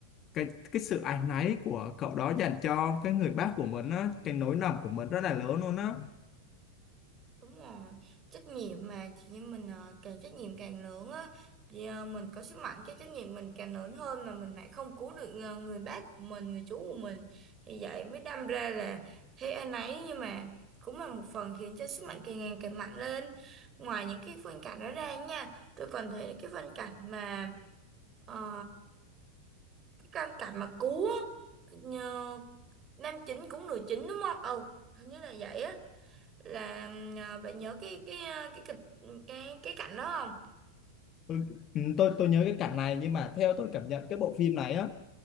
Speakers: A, on the left; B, on the right.
A: cái cái sự áy náy của cậu đó dành cho cái người bác của mình á cái nỗi lầm của mình rất là lớn luôn á
B: Đúng rồi, trách nhiệm mà chị em mình ờ, càng trách nhiệm càng lớn á thì ờ, mình có sức mạnh cái trách nhiệm mình càng lớn hơn mà mình lại không cứu được ờ, người bác của mình, người chú của mình thì vậy mới đâm ra là thế anh ấy nhưng mà cũng là một phần khiến cho sức mạnh càng ngày càng mạnh lên. Ngoài những cái phân cảnh đó ra nha, tôi còn thấy cái phân cảnh mà ờ, cái căn cảnh mà cứu á, nhờ nam chính cũng nữ chính đúng không? Ừ, hình như là vậy á là à, bạn nhớ cái cái à, cái kịch cái cái cảnh đó không?
A: ừ, ừ, tôi tôi nhớ cái cảnh này nhưng mà theo tôi cảm nhận cái bộ phim này á